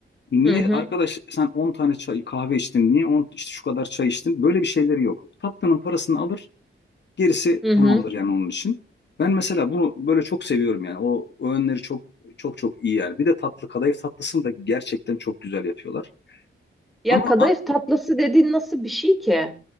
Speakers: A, on the left; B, in the centre.
A: Niye
B: Hı hı.
A: arkadaş sen 10 tane çay, kahve içtin? Niye 10 işte şu kadar çay içtin? Böyle bir şeyleri yok. Tatlının parasını alır, Gerisi
B: Hı
A: tamamdır
B: hı.
A: yani onun için. Ben mesela bunu böyle çok seviyorum yani. O öğünleri çok çok çok iyi yani. Bir de tatlı kadayıf tatlısını da gerçekten çok güzel yapıyorlar.
B: Ya
A: Ama
B: kadayıf
A: a-
B: tatlısı dediğin nasıl bir şey ki?